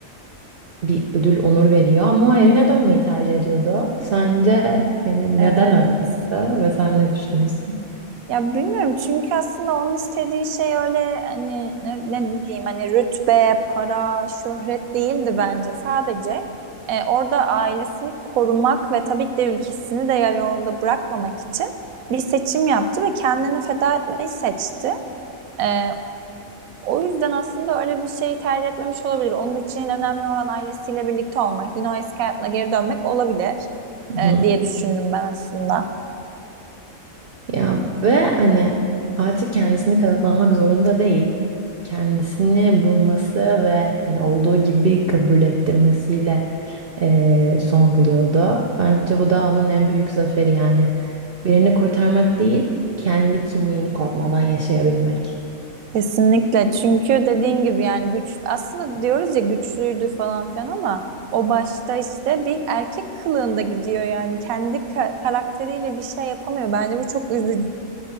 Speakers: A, on the right (about 55°); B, on the right (about 80°).
A: bir ödül onur veriyor ama o evine dönmeyi tercih ediyordu. Sence yani
B: Evet.
A: neden öyle yaptı ve sen ne düşünüyorsun?
B: Ya bilmiyorum çünkü aslında onun istediği şey öyle hani ne, ne bileyim hani rütbe, para, şöhret değildi bence. Sadece e, orada ailesini korumak ve tabii ki de ülkesini de yarı yolda bırakmamak için bir seçim yaptı ve kendini feda etmeyi seçti. E, O yüzden aslında öyle bir şeyi tercih etmemiş olabilir. Onun için önemli olan ailesiyle birlikte olmak, yine o eski hayatına geri dönmek olabilir e,
A: Hı
B: diye düşündüm ben aslında.
A: Ya ve hani artık kendisini kanıtlamak zorunda değil. Kendisini bulması ve hani olduğu gibi kabul ettirmesiyle eee, son buluyordu. Bence bu da onun en büyük zaferi yani birini kurtarmak değil, kendi kimliğini korkmadan yaşayabilmek.
B: Kesinlikle çünkü dediğin gibi yani güç aslında diyoruz ya güçlüydü falan filan ama o başta işte bir erkek kılığında gidiyor yani kendi ka- karakteriyle bir şey yapamıyor. Bence bu çok üzücü.